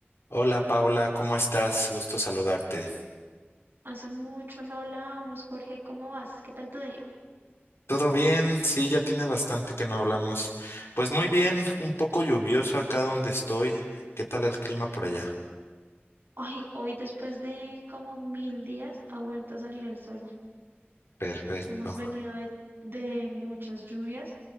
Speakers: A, on the left; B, on the right.
A: Hola Paula, ¿cómo estás? Gusto saludarte.
B: Hace mucho no hablábamos, Jorge, ¿cómo vas? ¿Qué tal tu día?
A: ¿Todo bien? Sí, ya tiene bastante que no hablamos. Pues muy bien, un poco lluvioso acá donde estoy. ¿Qué tal el clima por allá?
B: Hoy, hoy después de como mil días ha vuelto a salir el sol.
A: Perfecto.
B: Hemos venido de, de muchas lluvias,